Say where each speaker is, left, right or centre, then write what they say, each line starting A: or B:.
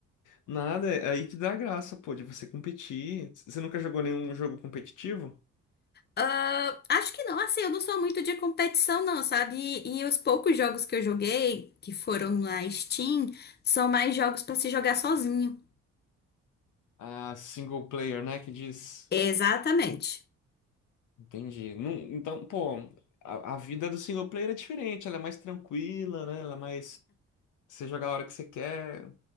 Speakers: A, on the left; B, on the left.
A: Nada, é aí que dá a graça, pô, de você competir. C- Você nunca jogou nenhum jogo competitivo?
B: Ah, acho que não, assim, eu não sou muito de competição, não, sabe? E, e os poucos jogos que eu joguei, que foram na Steam, são mais jogos pra se jogar sozinho.
A: Ah, single player, né? Que diz.
B: Exatamente.
A: Entendi. Não, então, pô, a, a vida do single player é diferente, ela é mais tranquila, né? Ela é mais. Você joga a hora que você quer.